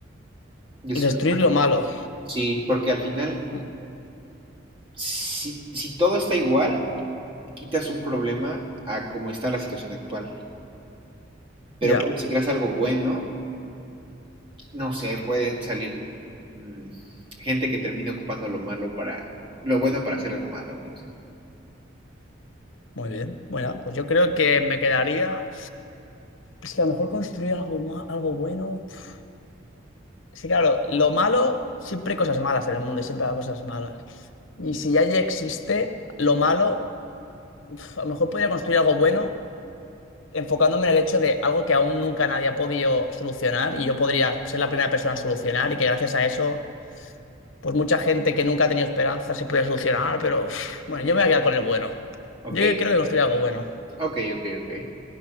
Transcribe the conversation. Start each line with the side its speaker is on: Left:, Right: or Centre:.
Right: destruir
Left: Destruir
Right: lo
Left: lo
Right: malo.
Left: malo.
Right: Sí, porque al final,
Left: Mm,
Right: si, si todo está igual, quitas un problema a como está la situación actual. Pero
Left: Ya,
Right: claro, si creas algo bueno, no sé, puede salir mm, gente que termine ocupando lo malo para, lo bueno para hacer algo malo, no lo sé.
Left: muy bien. Bueno, pues yo creo que me quedaría... Es que a lo mejor construir algo, ma- algo bueno... pf. Sí, claro, lo malo, siempre hay cosas malas en el mundo y siempre hay cosas malas. Y si ya ya existe lo malo, pf, a lo mejor podría construir algo bueno enfocándome en el hecho de algo que aún nunca nadie ha podido solucionar y yo podría ser la primera persona a solucionar y que gracias a eso, pues mucha gente que nunca ha tenido esperanza se podía solucionar, pero uf, bueno, yo me voy a quedar con el bueno.
Right: Ok,
Left: Yo creo que construir algo bueno.
Right: ok, ok, ok.